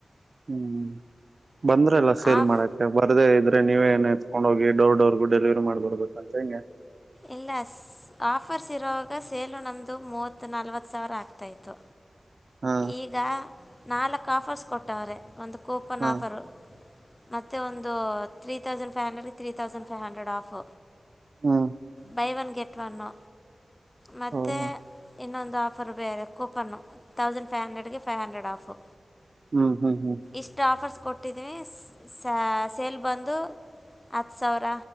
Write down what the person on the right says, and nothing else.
ಹ್ಮ್ ಬಂದ್ರಲ್ಲ ಸೇಲ್
ಮಾಡಕ್ಕೆ ಬರದೇ ಇದ್ರ ನೀವೇಏನ್ ಎತ್ಕೊಂಡ್ ಹೋಗಿ ಡರ್ ಡೋರ್ಗ ಡೆಲಿವರಿ ಮಾಡ್ಬರ್ಬೇಕು ಅಂತ ಹೆಂಗೆ
ಹಾ
ಹಾ
ಹ್ಮ
ಹೌದಾ
ಹ್ಮ್ ಹ್ಮ್ ಹ್ಮ್